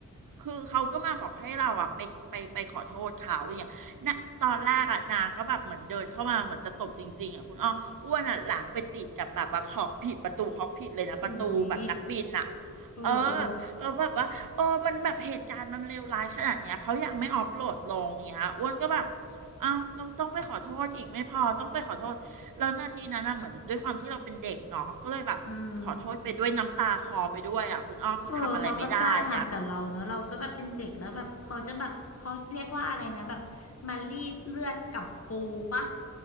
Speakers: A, on the right; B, on the left.
A: คือเขาก็มาบอกให้เราอ่ะไปไปไปขอโทษเขาอย่างเงี้ยนะตอนแรกอ่ะนางก็แบบเหมือนเดินเข้ามาเหมือนจะตบจริงๆอ่ะคุณอ้ออ้วนอ่ะหลังไปติดกับแบบว่าขอบผิดประตูขอบผิดเลยนะประตูแบบนักบินอ่ะ
B: หุยโอ้โอ้
A: เออแล้วแบบว่า เออมันแบบเหตุการณ์มันเลวร้ายขนาดเนี้ยเขายังไม่ออฟโหลดลงเนี้ยอ้วนก็แบบเอ้าเราต้องไปขอโทษอีกไม่พอต้องไปขอโทษแล้วนาทีนั้นน่ะเหมือนด้วยความที่เราเป็นเด็กเนาะก็เลยแบบขอโทษไปด้วยน้ำตาคลอไปด้วยอ่ะคุณอ้อคือทำอะไรไม่ได้อ่ะ
B: อืมเออเขาก็กล้าทำกับเราเนอะเราก็แบบเป็นเด็กแล้วแบบเขาจะแบบเขาเรียกว่าอะไรนะแบบมารีดเลือดกับปูปะ